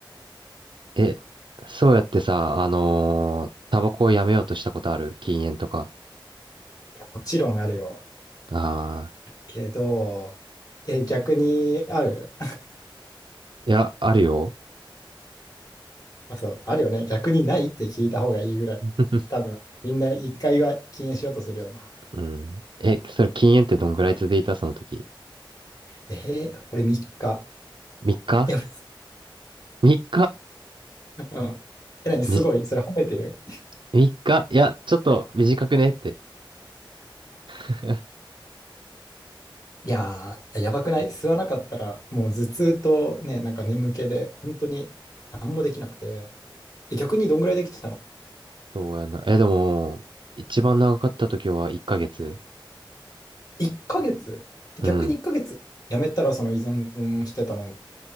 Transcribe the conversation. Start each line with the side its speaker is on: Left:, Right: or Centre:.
Right: え、そうやってさ、あのータバコをやめようとしたことある禁煙とか。
Left: や、もちろんあるよ。
Right: ああ、
Left: けど、え、逆にある
Right: いや、あるよ。
Left: まあ、そう、あるよね。逆にないって聞いた方がいいぐらい。
Right: <laughs>
Left: 多分、みんな一回は禁煙しようとするよね。
Right: うん。え、それ禁煙ってどんぐらい続いたその時。
Left: えー、俺3日。
Right: 3日
Left: いや、
Right: ?3 日
Left: うん。え、何すごい。
Right: み、
Left: それ褒めてる
Right: 3日いや、ちょっと短くねって。<laughs>
Left: いやー、やばくない吸わなかったら、もう頭痛とね、なんか眠気で、本当に何もできなくて。え、逆にどんぐらいできてたの
Right: そうやな。え、でも、一番長かった時は1ヶ月。
Left: ?1 ヶ月。
Right: うん。
Left: 逆に1ヶ月やめたらその依存してたの、